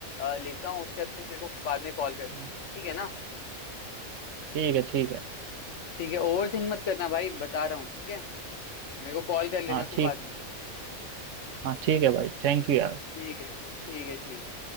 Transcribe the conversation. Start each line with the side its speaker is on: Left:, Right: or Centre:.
Left: लेता हूँ उसके बाद फिर तेरे को बाद में कॉल करता
Right: हम्म,
Left: हूँ ठीक है ना
Right: ठीक है ठीक है
Left: ठीक है ओवर थिंक मत करना भाई बता रहा हूँ ठीक है मेरे को कॉल कर लेना
Right: हाँ
Left: तू
Right: ठीक
Left: बाद में
Right: हाँ ठीक है भाई थैंक यू यार
Left: ठीक है ठीक है ठीक है